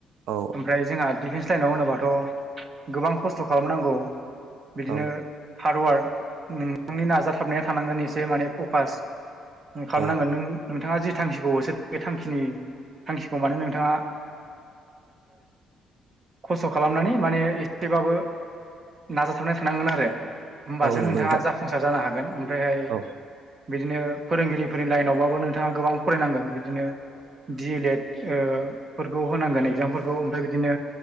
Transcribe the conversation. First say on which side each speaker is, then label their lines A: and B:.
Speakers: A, on the right; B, on the right.
A: औ
B: ओमफ्राय जोंहा डिफेन्स नाव होनोबाथ' गोबां खस्थ' खालामनांगौ बिदिनो
A: औ
B: हार्डवार्क नोंथांनि नाजाथाबनाया थानांगोन एसे माने फकास खालामनांगोन
A: औ
B: नों नोंथाङा जि थांखिखौ होसो बे थांखिनि थांखिखौ माने नोंथाङा खस्थ' खालामनानै माने एसेबाबो नाजाथाबनाया थानांगोन आरो होमबासो
A: औ नंगौ
B: नोंथाङा
A: नोंथां
B: जाफुंसार जानो हागोन ओमफ्रायहाय
A: औ
B: बिदिनो फोरोंगिरिफोरनि लाइनावबाबो नोंथाङा गोबां फरायनांगोन बिदिनो डि ए लेड फोरखौ होनांगोन एगजामफोरखौ ओमफ्राय बिदिनो